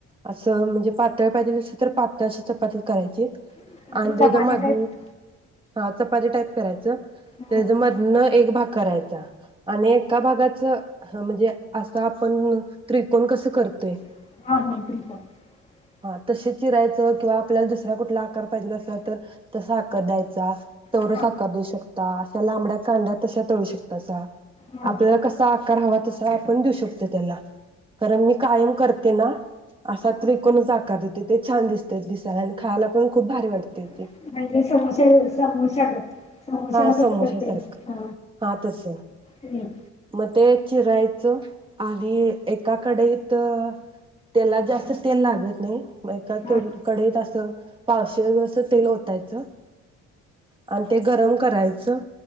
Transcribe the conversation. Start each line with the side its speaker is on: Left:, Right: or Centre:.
Right: असं म्हणजे पातळ पाहिजे असे तर पातळ अशी चपाती करायची.
Left: म्हणजे
Right: आणि
Left: चपाती
Right: त्या मध
Left: टाईप
Right: हा चपाती टाईप करायच
Left: हा
Right: त्याचा मधन एक भाग करायचा आणि एका भागाच म्हणजे असं आपण त्रिकोण कसं करतोय
Left: <unintelligible>
Right: हा तशे चिरायचं किंवा आपल्याला दुसरा कुठला आकार पाहिजेला असला तर तसा आकार द्यायचा. तेवढाच
Left: हा
Right: आकार देऊ शकता अशा लांबड्या कांदा तश्या तळू शकता सा
Left: हा
Right: आपल्याला कसा आकार हवा तस आपण देऊ शकतो त्याला कारण मी कायम करते ना असा त्रिकोणच आकार देते ते छान दिसत दिसायला आणि खायला पण खूप भारी वाटतय
Left: <unintelligible>
Right: हा
Left: कसं
Right: समोस्यासारखा
Left: करते हा
Right: हा तस
Left: हम्म.
Right: म ते चिरायचं आणि एकाकडे त त्याला जास्त तेल लागत नाही एका
Left: हा
Right: कडईत असं पा <unintelligible> तेल ओतायचं आणि ते गरम करायचं